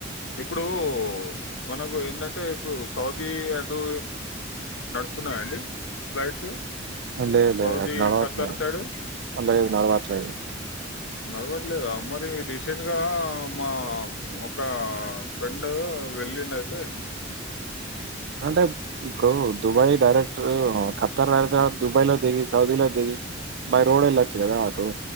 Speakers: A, on the left (about 65°); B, on the right (about 60°).
A: ఇప్పుడు మనకు ఏంటంటే ఇప్పుడు సౌదీ అడు నడుస్తున్నాయాండి. ఫ్లైట్స్
B: లేదు లేదు
A: సౌదీ
B: అది నడవట్లేదు
A: ఖతర్ సైడు
B: లేదు నడవట్లేదు
A: నరవట్లేదు అమ్మది రీసెంట్గా మా ఒక ఫ్రెండ్ వెళ్ళిండయితే
B: అంటే ఇప్పుడు దుబాయ్ డైరెక్టర్ ఖత్తర్ వేర్గా దుబాయ్లో దిగి సౌదీలో దిగి బరోడా ఎల్లచ్చు గదా అటె